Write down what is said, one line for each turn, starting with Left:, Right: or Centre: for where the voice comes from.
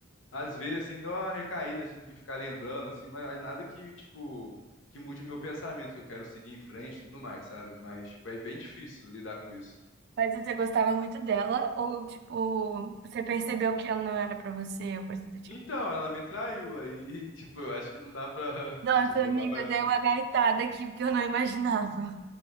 Left: Às vezes, assim, dá uma recaída, assim, de ficar lembrando, assim, mas aí nada que, tipo, que mude meu pensamento, que eu quero seguir em frente e tudo mais, sabe? Mas, tipo, é bem difícil lidar com isso.
Right: Mas você gostava muito dela ou, tipo, você percebeu que ela não era pra você ou coisa do tipo?
Left: Então, ela me traiu aí, <laughs> tipo, eu acho que não dá pra, <laughs>
Right: Nossa,
Left: tipo,
Right: amiga,
Left: não dá pra...
Right: eu dei uma gaitada aqui porque eu não imaginava.